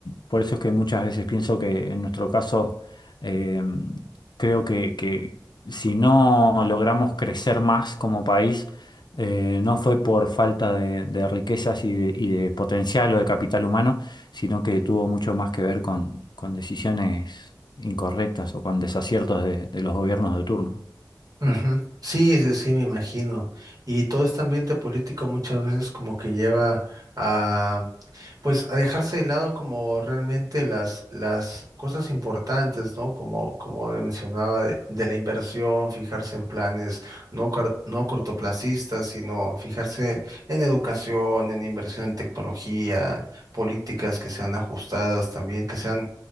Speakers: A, on the left; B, on the right.
A: por eso es que muchas veces pienso que en nuestro caso, eh, creo que, que si no logramos crecer más como país, eh, no fue por falta de, de riquezas y de, y de potencial o de capital humano, sino que tuvo mucho más que ver con, con decisiones incorrectas o con desaciertos de de los gobiernos de turno.
B: Ujú. Sí, sí, sí, me imagino. Y todo este ambiente político muchas veces como que lleva a, pues, a dejarse de lado como realmente las, las cosas importantes, ¿no? Como, como mencionaba, de, de la inversión, fijarse en planes no, cor- no cortoplacistas, sino fijarse en educación, en inversión en tecnología, políticas que sean ajustadas también, que sean